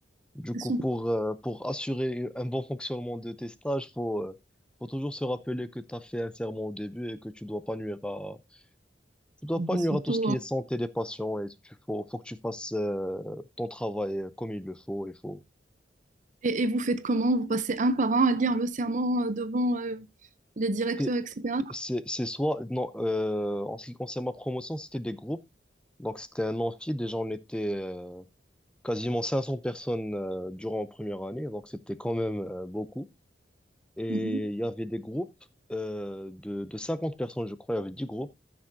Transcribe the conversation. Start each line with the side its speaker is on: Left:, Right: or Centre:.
Centre: Du
Right: c'est
Centre: coup,
Right: son-
Centre: pour, euh, pour assurer un bon <laughs> fonctionnement de tes stages, faut, euh, faut toujours se rappeler que tu as fait un serment au début et que tu dois pas nuire à, tu dois pas
Right: surtout
Centre: nuire à tout ce qui est santé des patients et tu faut, faut que tu fasses euh, ton travail comme il le faut. Il faut.
Right: Et, et vous faites comment? Vous passez un par un à lire le serment euh, devant euh, les directeurs,
Centre: T'es-
Right: etc.
Centre: C'est c'est soit, non, euh, en ce qui concerne ma promotion, c'était des groupes. Donc, c'était un amphi. Déjà, on était euh, quasiment 500 personnes euh, durant la première année, donc c'était quand même euh, beaucoup. Et
Right: Mhm.
Centre: il y avait des groupes euh, de, de 50 personnes, je crois, il y avait 10 groupes,